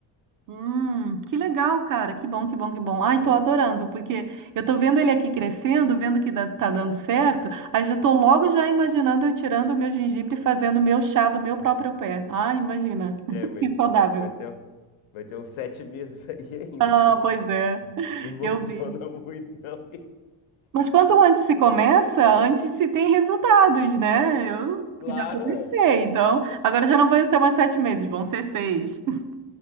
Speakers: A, on the right (about 45°); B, on the left (about 80°).
A: Hum, que legal, cara. Que bom, que bom, que bom. Ai,
B: entendeu?
A: tô adorando, porque eu tô vendo ele aqui crescendo, vendo que dá- tá dando certo. Aí já tô logo já imaginando eu tirando o meu gengibre e fazendo o meu chá do meu próprio pé. Ai, imagina. <laughs>
B: É, mas
A: Que saudável.
B: vai ter, um- vai ter uns sete meses <laughs> aí ainda,
A: Ah,
B: viu?
A: pois é.
B: Não emociona
A: Eu vi.
B: muito, não. <laughs>
A: Mas quanto antes se começa, antes se tem resultados, né? Eu
B: Claro,
A: já comecei,
B: é.
A: então agora já não vão ser mais sete meses, vão ser seis. <laughs>